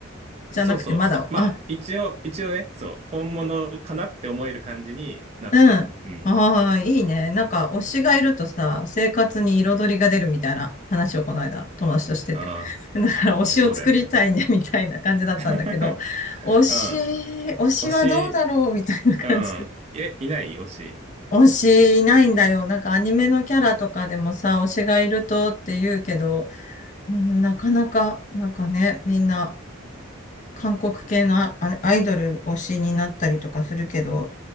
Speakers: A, on the left; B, on the right.
A: じゃなくて、
B: そうそう。
A: まだ、
B: そ、まあ、
A: あ、
B: 一応、一応ね、そう、本物かなって思える感じになった。
A: うん。
B: うん。
A: ああ、いいね。なんか、推しがいるとさ、生活に彩りが出るみたいな話をこの間、友達としてて。
B: ああ、
A: <laughs> だから、推しを作りたいね、
B: いや、そうだよね。
A: <laughs> みたいな感じだったんだけど、
B: <laughs>
A: 推し、
B: うん。
A: 推しはどうだろうみたいな感じで。
B: 推し、うん。え、いない推し。
A: 推しいないんだよ。なんか、アニメのキャラとかでもさ、推しがいるとって言うけど、うん、なかなか、なんかね、みんな韓国系のアアイドル推しになったりとかするけど、